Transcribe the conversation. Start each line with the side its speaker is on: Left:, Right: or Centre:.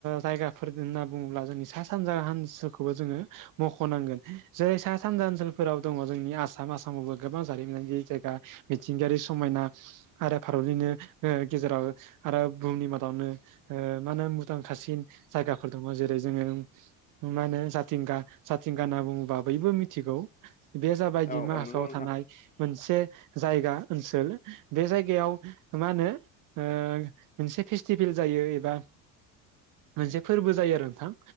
Right: जायगाफोर होनना बुङोब्ला जोंनि सा सानजा हान्सोलखौ जोङो मख'नांगोन जे सा सानजा ओनसोलफोराव दङ जोंनि आसाम आसामावबो गोबां जारिमिनारि जायगा मिथिंगायारि समायना। आरो भारतनिनो ओ गेजेराव आरो बुहुमनि मादावनो ओ मा होनो भुटान खासिम जायगाफोर दङ जेरै जोङो मा होनो जाथिंगा जाथिंगा होनना बुङोबा बयबो थिगौ बे जाबाय
Left: औ
Right: दिमाहासावआव
Left: औ नंगौ नोंथां
Right: थानाय मोनसे जायगा ओनसोल बे जायगायाव मा होनो? ओ मोनसे फेस्टिभेल जायो एबा मोनसे फोरबो जायो आरो नोंथां